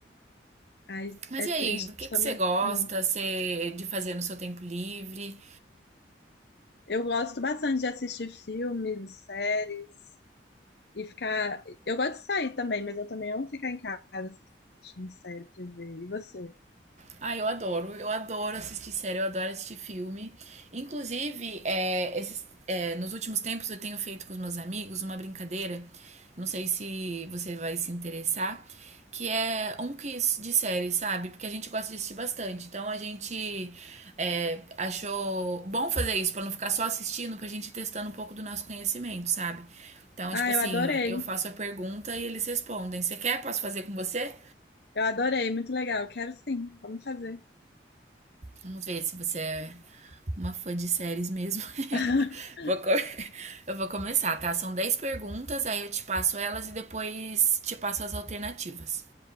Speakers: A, on the left (about 60°); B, on the right (about 40°).
A: Ai,
B: Mas
A: é
B: e
A: triste
B: aí, do que que
A: também.
B: você gosta
A: Hum.
B: você, de fazer no seu tempo livre?
A: Eu gosto bastante de assistir filmes, séries. E ficar. Eu gosto de sair também, mas eu também amo ficar em casa assistindo série, TV. E você?
B: Ah, eu adoro. Eu adoro assistir série, eu adoro assistir filme. Inclusive, é, esses, é, nos últimos tempos eu tenho feito com os meus amigos uma brincadeira. Não sei se você vai se interessar. Que é um quiz de série, sabe? Porque a gente gosta de assistir bastante. Então a gente é, achou bom fazer isso, pra não ficar só assistindo, pra gente ir testando um pouco do nosso conhecimento, sabe? Então, tipo
A: Ah,
B: assim,
A: eu adorei.
B: eu faço a pergunta e eles respondem. Você quer? Posso fazer com você?
A: Eu adorei, muito legal. Quero sim. Vamos fazer.
B: Vamos ver se você é uma fã de séries mesmo.
A: <laughs>
B: <laughs> Vou co- eu vou começar, tá? São 10 perguntas, aí eu te passo elas e depois te passo as alternativas.